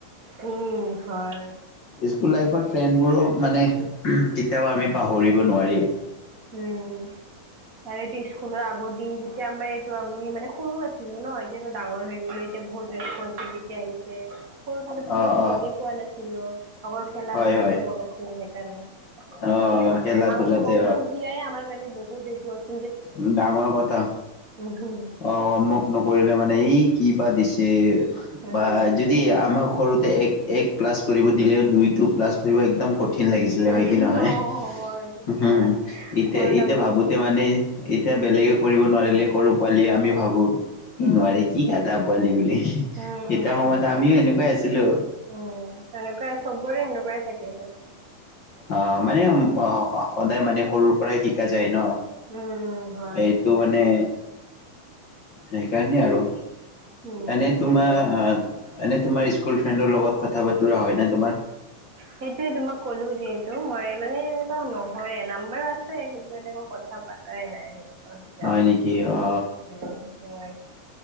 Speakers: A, on the right; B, on the left.
A: উম, হয়।
B: স্কুল লাইফৰ ফেনবোৰো মানে কেতিয়াও আমি পাহৰিব নোৱাৰিম
A: উম আৰু এইটো স্কুলৰ আগৰ দিন যেতিয়া আমাৰ এইটো আমি মানে সৰু আছিলো ন এতিয়াটো ডাঙৰ হৈ গ'লো এতিয়া বহুত ৰেচপনচিবিলিটি আহিছে সৰু কাপোতো
B: অ',
A: একো
B: অ',
A: গমেই পোৱা নাছিলো অকলৰ খেলা
B: হয়,
A: ধূলাতে
B: হয়।
A: মন আছিল সেইকাৰণে
B: অ',
A: হয় ন
B: খেলা
A: আগতে
B: ধূলাতে
A: হোমৱৰ্ক তমাৰ কাৰণে বহুতটো আছে
B: উ ডাঙৰ কথা
A: উহু,
B: অ হোমৱৰ্ক নকৰিলে মানে এই কি বা দিছে
A: উম,
B: বা যদি আমাক সৰুতে এক প্লাছ কৰিব দিলেও দুই টো প্লাছ কৰিব একদম কঠিন কঠিন লাগিছিলে
A: উম,
B: হয় কি নহয়
A: অ', হয় ঠিকেই
B: হম
A: ক'লা
B: এতিয়া
A: সৰু
B: ইতিয়া
A: থাকোতে
B: ভাবোতে মানে এতিয়া বেলেগে কৰিব নোৱাৰিলে সৰু পোৱালীয়ে আমি ভাবো কি
A: উম,
B: নোৱাৰে কি কাদা পোৱালি বুলি
A: উম, উম,
B: এটা সময়ত
A: হয়
B: আমিও এেনেকুৱাই আছিলো
A: উম তেনেকুৱাই চবৰে সনেকুৱাই থাকে সব
B: অ মানে সদায় মানে সৰুৰ পৰাই শিকা যায় ন
A: উম, উম, হয়
B: এইটো
A: সেইটোৱে।
B: মানে সেইকাৰণেই আৰু
A: উম,
B: এনে
A: ঠিকেই
B: তোমাৰ
A: হয়।
B: এনে তোমাৰ স্কুল ফ্ৰেণ্ডৰ লগত কথা বাতৰা হয় ন তোমাৰ
A: সেইটোয়ে তোমাক ক'লো যিহেতু মই মানে এনেকুৱা নহয় নাম্বাৰ আছে কিন্তু এনেক কথা পাতাই নাই সেনেকুৱা হৈছে
B: হয়
A: আৰু
B: নেকি অ
A: উ হয়